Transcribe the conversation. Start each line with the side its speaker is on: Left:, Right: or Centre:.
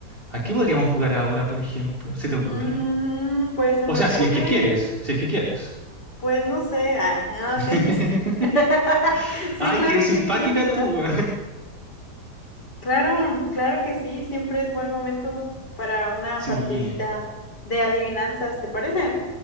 Right: ¿A qué podríamos jugar ahora, por ejemplo? ¿Se te ocurre?
Left: Mm, pues se
Right: O
Left: me
Right: sea,
Left: ocurre,
Right: si es que quieres, si es que quieres.
Left: pues no sé. Ah,
Right: <laughs>
Left: no, sí, sí. <laughs> Sí,
Right: Ay,
Left: claro
Right: que eres
Left: que
Right: simpática
Left: quiero jugar.
Right: tú. <laughs>
Left: Claro, claro que sí, siempre es buen momento para una
Right: Sí.
Left: partidita de adivinanzas, ¿te parece?